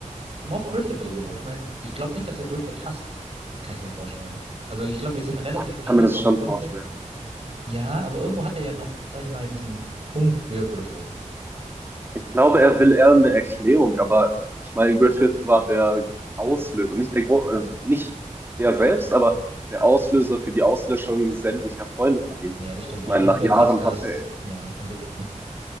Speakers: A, on the right; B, on the right.
A: Und auch Griffith irgendwo. Ich meine, ich glaube nicht, dass er Griffith hasst, kann ich mir vorstellen. Also ich glaube, wir sind relativ
B: ach, ich
A: ähnlich
B: kann mir das
A: vom
B: schon
A: Punkt
B: vorstellen.
A: her. Ja, aber irgendwo hat er ja noch, sag ich mal, diesen Punkt für Griffith.
B: Ich glaube, er will eher eine Erklärung, aber ich meine, Griffith war der Auslöser, nicht der, Gro also nicht der selbst, aber der Auslöser für die Auslöschung sämtlicher Freunde von ihm.
A: Ja, das stimmt
B: Ich
A: auch.
B: meine,
A: Und
B: nach
A: für
B: Jahren
A: Kaskas,
B: hatte er,
A: ja, Entwicklung, ne?